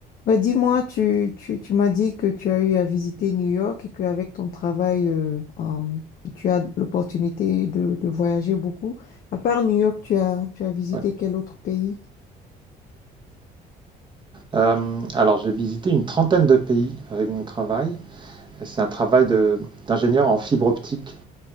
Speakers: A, on the left (about 55°); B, on the right (about 25°).
A: Bah, dis-moi, tu, tu, tu m'as dit que tu as eu à visiter New York et qu'avec ton travail, euh, euh, tu as l'opportunité de, de voyager beaucoup. À part New York, tu as, tu as visité
B: Ouais.
A: quel autre pays?
B: Euh, alors, j'ai visité une trentaine de pays avec mon travail. C'est un travail de- d'ingénieur en fibre optique.